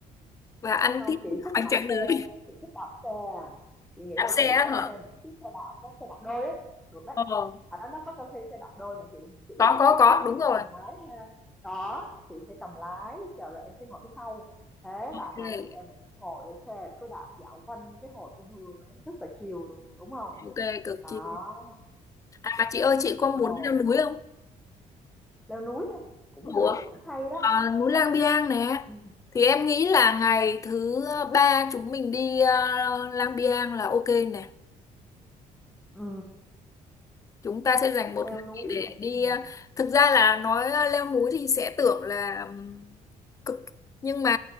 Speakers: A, on the left; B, in the centre.
A: và ăn
B: không
A: tiếp
B: chị thích
A: bánh
B: đạp
A: tráng
B: xe
A: nướng
B: chị thích đạp xe à
A: <laughs>
B: chị nghĩ
A: đạp
B: là
A: xe
B: chị
A: á
B: sẽ
A: hả
B: thuê một cái chiếc xe đạp có xe đạp đôi ấy được đấy
A: ờ
B: ở đó nó có cho thuê xe đạp đôi mà chị chị
A: có
B: chị
A: có
B: chị
A: có
B: chị
A: đúng rồi
B: sẽ cầm lái ha có chị sẽ cầm lái chờ rồi em sẽ ngồi phía sau thế
A: ok
B: là hai chị em mình cứ ngồi lên xe cứ đạp dạo quanh cái hồ Xuân Hương ấy rất là chill luôn đúng không
A: ok cực
B: đó
A: kỳ à mà chị ơi chị có
B: rồi
A: muốn leo núi không
B: leo núi thôi cũng
A: Ủa,
B: được cũng hay đó
A: À, núi Lang Biang nè
B: ừ.
A: thì em nghĩ là ngày thứ ba chúng mình đi ờ, Lang Biang là ok nè
B: ừ.
A: chúng ta sẽ dành một
B: leo
A: ngày
B: núi
A: để đi
B: ừ.
A: ờ, thực ra là nói ờ, leo núi thì sẽ tưởng là ừm, cực nhưng mà